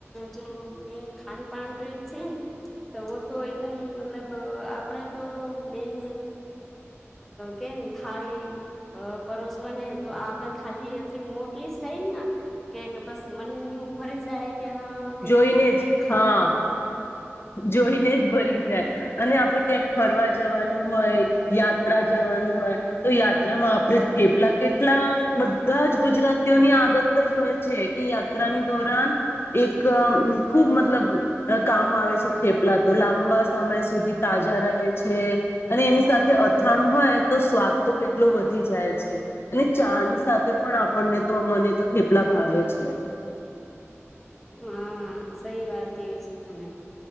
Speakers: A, in the centre; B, on the left.
A: જો મેન ખાાન પાાન રીત છે ને તો તો એકદમ મતલબ આપણે તો મેન કે ખાળી પરોસવા ને તો આપણે ખાલી મોટલી થઈ કે બસ મન ફરી જાય કે હા કે
B: જોઈને
A: કઈ કઈ
B: જ
A: ખાવા
B: હા જોઈને જ ભરી જાય અને આપડે ક્યાંક ફરવા જવાનું હોય યાત્રા જવાનું હોય તો યાત્રામાં આપણે થેપલા કેટલા બધા જ ગુજરાતીઓની આદત જ હોય છે કે યાત્રાની ધોરણ એક ખુબ મતલબ કામ આવે છે થેપલા તો લાંબા સમય સુધી તાજા રહે છે અને એની સાથે અથાણું હોય તો સ્વાદ તો કેટલો વધી જાય છે અને ચાની સાથે પણ આપણને તો મને તો કેટલા ભાવે છે
A: હા સહી વાત કેવી છે તમે